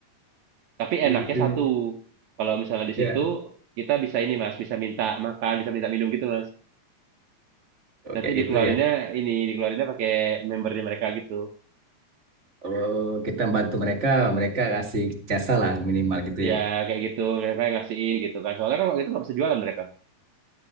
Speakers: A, on the right (about 70°); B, on the right (about 25°).
A: Tapi
B: gitu.
A: enaknya satu, kalau misalnya di
B: Ya,
A: situ kita bisa ini mas, bisa minta makan, bisa minta minum gitu mas.
B: oke
A: Nanti dikeluarinnya
B: gitu ya.
A: ini, dikeluarinnya pakai membernya mereka gitu.
B: Oh, kita bantu mereka, mereka kasih jasa lah minimal gitu
A: Ya
B: ya.
A: kayak gitu, mereka yang ngasihin gitu kan. Soalnya kan waktu itu nggak bisa jualan mereka,